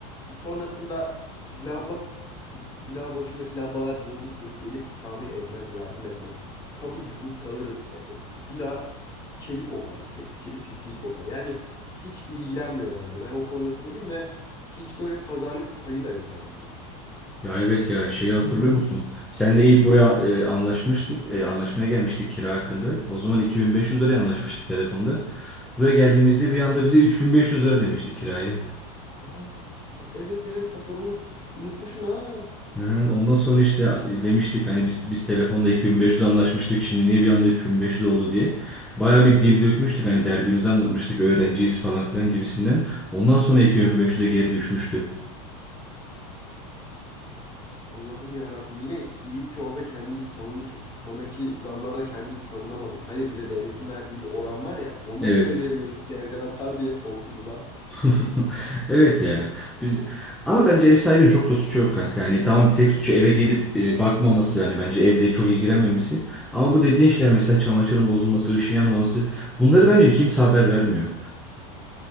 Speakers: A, on the left; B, in the centre.
A: Sonrasında lamba bina boşundaki lambalar bozuktur gelip tamir etmez yardım etmez. Kapıcısız kalırız. E, o- bina kedi kokar ke- kedi pisliği kokar yani hiç ilgilenmiyor bence ben o konuda sinirliyim ve hiç böyle pazarlık payı da yok adamda.
B: Ya evet ya şeyi hatırlıyor musun? Seninle ilk buraya e, anlaşmıştık. E, anlaşmaya gelmiştik kira hakkında. O zaman 2500 liraya anlaşmıştık telefonda. Buraya geldiğimizde bir anda bize 3500 lira demişti kirayı.
A: Aa, evet evet bak ben onu unutmuşum ha.
B: Aha, ondan sonra işte e, demiştik hani biz biz telefonda 2500 anlaşmıştık şimdi niye bir anda 3500 oldu diye. Baya bir dil dökmüştük hani derdimizi anlatmıştık öğrenciyiz falan filan gibisinden. Ondan sonra 2500'e geri düşmüştü.
A: Allah'ım ya Rabbim yine iyi ki orada kendimizi savunmuşuz. Sonraki zamlarda kendimizi savunamadık. Hayır bir de devletin verdiği bir oran var ya. Onu
B: Evet.
A: da söyleyemiyoruz bizi evden atar diye korkumuza.
B: <laughs> Evet ya. Biz ama bence ev sahibinin çok da suçu yok kanka. Yani tamam tek suçu eve gelip e, bakmaması yani bence evle çok ilgilenmemesi. Ama bu dediğin şeyler mesela çamaşırın bozulması, ışığın yanmaması bunları bence kimse haber vermiyor.